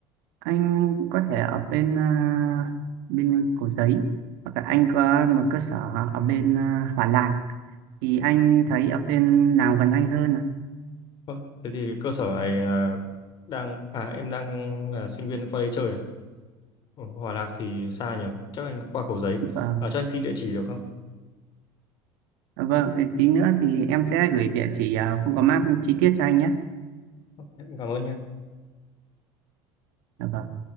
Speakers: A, on the right (about 80°); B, on the left (about 45°).
A: anh có thể ở bên à, bên Cầu Giấy hoặc là anh có một cơ sở ở bên à, Hòa Lạc thì anh
B: Ừ.
A: thấy ở bên nào gần anh hơn ạ?
B: Vâng. Thế thì cơ sở này ờ, đang à em đang là sinh viên qua đây chơi à? Ở Hòa Lạc thì xa nhỉ? Chắc anh qua Cầu Giấy.
A: Vâng,
B: À, cho anh xin địa chỉ được không?
A: À, vâng, thì tí nữa thì em sẽ gửi địa chỉ à, Google Maps chi tiết cho anh nhé.
B: Ok, Em cảm ơn nhé.
A: Dạ Vâng.